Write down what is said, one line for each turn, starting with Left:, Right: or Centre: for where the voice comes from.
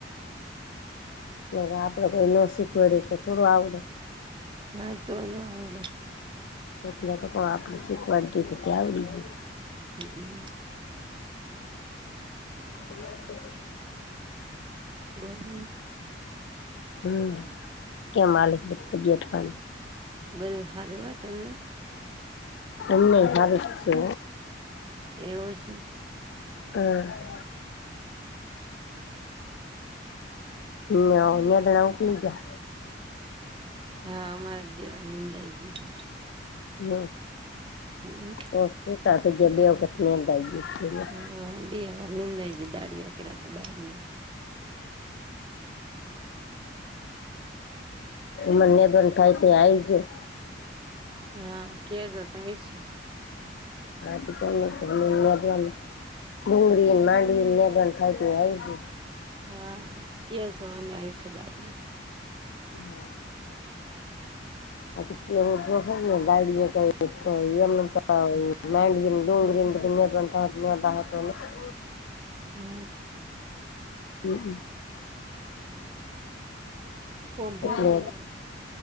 Right: એ <unintelligible>
Left: ને આપણે કોઈ ન શીખવા રહીએ તો થોડું આવડે-
Right: હા તોનું આડે-
Left: એટલે તો પણ આપડે શીખવાડ દ તો ત્યાં આવડી ગય-
Right: હમમ-
Left: હ <unintelligible>
Right: બોલો-
Left: હમ કેમ માલે છે બ તું બેઠ પાણી-
Right: બધું સારું હોય તમને-
Left: એમણે હારુ છે.
Right: એવું છે.
Left: હમ હ મેદણાવું પીજ-
Right: હા અમારે દેવા નિંદ આ આવી ગયો-
Left: હમ
Right: હમ
Left: ઓ શતા થ ગ બે વખત અંદ-
Right: હા બે હર નિંદા છે દાડીયા કર થ બાર ના-
Left: મને દોન થઈ તે આ આવી જ-
Right: હા, કે જતા આઈશું.
Left: <unintelligible> ડુંગળીને માંડવીને <unintelligible>
Right: હા, <unintelligible> આવીશું દાર.
Left: હા. <unintelligible> <unintelligible> <unintelligible>
Right: હમ.
Left: હમમ.
Right: ફોમ ભર્યું
Left: એટલે
Right: કે